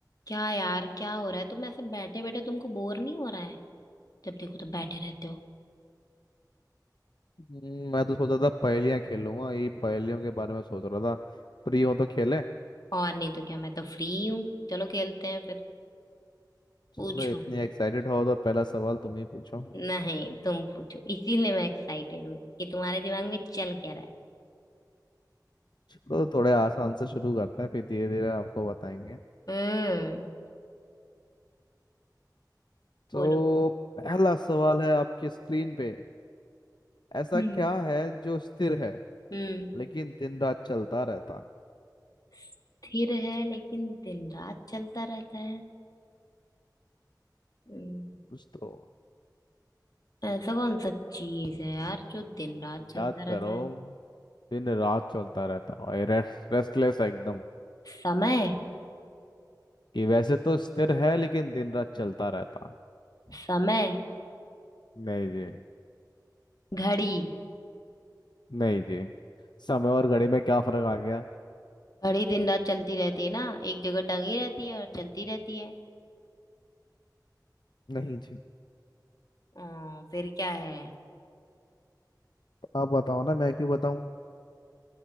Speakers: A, on the left; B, on the left.
A: क्या यार क्या हो रहा है तुम ऐसे बैठे बैठे तुमको बोर नहीं हो रहा है जब देखो तो बैठे रहते हो
B: हम्म, मैं तो सोच रहा था पहेलियां खेलूंगा यही पहेलियों के बारे में सोच रहा था फ्री हो तो खेले
A: और नहीं तो क्या मैं तो फ्री हूँ चलो खेलते हैं फिर पूछो
B: चलो इतनी एक्साइटेड हो तो पहला सवाल तुम ही पूछो
A: नहीं तुम पूछो इसीलिए मैं एक्साइटेड हूँ कि तुम्हारे दिमाग में चल क्या रहा है
B: चलो थोड़े आसान से शुरू करते हैं फिर धीरे धीरे आपको बताएंगे
A: हम्म
B: तो
A: बोलो
B: पहला सवाल है आपकी स्क्रीन पे ऐसा
A: हम्म
B: क्या है जो स्थिर है
A: हम्म
B: लेकिन दिन रात चलता रहता है
A: स्थिर है लेकिन दिन रात चलता रहता है हम्म,
B: कुछ तो
A: ऐसा कौन सा चीज है यार जो दिन रात चलता
B: याद
A: रहता
B: करो
A: है
B: दिन रात चलता रहता और रेस्ट रेस्टलेस एकदम
A: समय
B: कि वैसे तो स्थिर है लेकिन दिन रात चलता रहता
A: समय
B: है। नहीं जी
A: घड़ी
B: नहीं जी समय और घड़ी में क्या फर्क आ गया
A: घड़ी दिन रात चलती रहती है ना एक जगह टंगी रहती है और चलती रहती है
B: नहीं जी
A: आ, फिर क्या है
B: आप बताओ ना मैं क्यों बताऊं